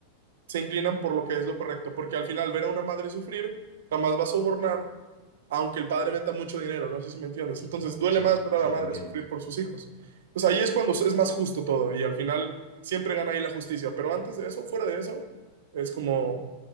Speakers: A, on the right; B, on the left.
A: se inclinan por lo que es lo correcto, porque al final ver a una madre sufrir jamás va a sobornar, aunque el padre meta mucho dinero, no sé si me entiendes. Entonces duele
B: sí,
A: más ver
B: sí,
A: a la madre
B: te entiendo.
A: sufrir por sus hijos. Pues ahí es cuando es más justo todo y al final siempre gana ahí la justicia, pero antes de eso, fuera de eso, es como,